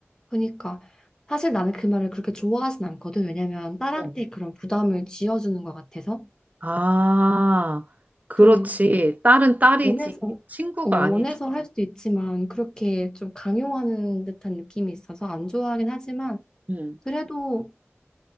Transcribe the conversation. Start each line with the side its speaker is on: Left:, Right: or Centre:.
Left: 그러니까 사실 나는 그 말을 그렇게 좋아하진 않거든. 왜냐면 딸한테
Right: 어.
Left: 그런 부담을 지어주는 것 같아서
Right: 아, 그렇지.
Left: 좀
Right: 딸은 딸이지.
Left: 원해서
Right: 친구가
Left: 어, 원해서
Right: 아니지.
Left: 할 수도 있지만 그렇게 좀 강요하는 듯한 느낌이 있어서 안 좋아하긴 하지만
Right: 응,
Left: 그래도